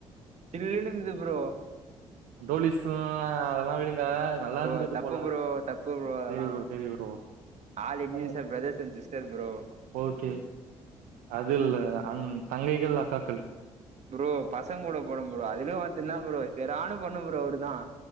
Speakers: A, on the right; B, on the right.
A: சில்லுண்ணு இருந்தது ப்ருோ
B: டோலிஸ் ம் அதெல்லாம் விடு நல்லா
A: ப்ரோ
B: இருந்தது
A: தப்பு
B: போல
A: ப்ரோ தப்பு அதெல்லா
B: சரி ப்ரோ சரி ப்ரோ
A: ஆல் Indians
B: ம்
A: are brothers and sister bro
B: okay அது இல்ல தங்கைகள் அக்காக்கள்
A: ப்ரோ பசங்க கூட போன ப்ரோ அதுலும் ஒருத்தன் இருந்தான் ப்ரோ சரியான பண்ணு ப்ரோ அவரு தான்